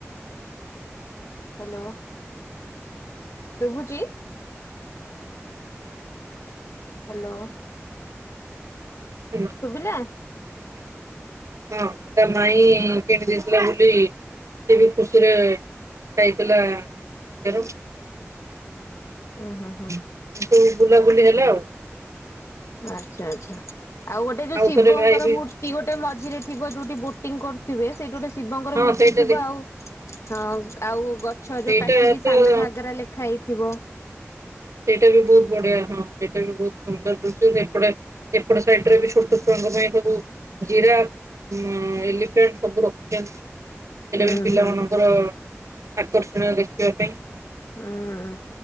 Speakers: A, on the left (about 75°); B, on the right (about 85°).
A: hello. ଶୁଭୁଛି? ହ୍ୟାଲୋ।
B: <unintelligible>
A: ଶୁଭିଲା?
B: ହଁ ତା ମାଇଁ କିଣି ଦେଇଥିଲା ବୋଲି ସେ ବି ଖୁସିରେ ଖାଇଥିଲା ସେଉ।
A: ଉଁ ହୁଁ ହୁଁ।
B: କିନ୍ତୁ ବୁଲାବୁଲି ହେଲା ଆଉ।
A: ଆଚ୍ଛା ଆଚ୍ଛା। ଆଉ ଗୋଟେ ଯୋଉ ଶିବଙ୍କର
B: ଥରେ ଭାଇ ବି
A: ମୂର୍ତ୍ତି ଗୋଟେ ମଝିରେ ଥିବ ଯୋଉଠି ବୋଟିଙ୍ଗ୍ କରୁ ଥିବେ ସେଇଠି ଗୋଟେ। ଶିବଙ୍କର
B: ହଁ
A: ମୂର୍ତ୍ତି
B: ସେଇଟା
A: ଥିବ,
B: ଦେଖି
A: ଆଉ ହଁ ଆଉ ଗଛ
B: ସେଇଟା
A: ଯୋଉ କାଟିକି
B: ତ
A: ସାନ ଘାଗରା ଲେଖା ହେଇ ଥିବ।
B: ସେଇଟା ବି ବହୁତ ବଢିଆ ହୁଁ ସେଇଟା ବି ବହୁତ ସୁନ୍ଦର ଦୃଶ୍ୟ ଯେ <inaudible> ଏପଟ ସାଇଡରେ ବି ଛୋଟ ଛୁଆଙ୍କ ପାଇଁ ସବୁ ଜିରାଫ୍, ଉଁ ଉଁ ଏଲିଫ୍ୟାଣ୍ଟ୍ ସବୁ ରଖିଛନ୍ତି। ସେଇଟା ବି
A: ହୁଁ
B: ପିଲାମାନଙ୍କର
A: ହୁଁ।
B: ଆକର୍ଷଣୀୟ ଦେଖିବା ପାଇଁ।
A: ହୁଁ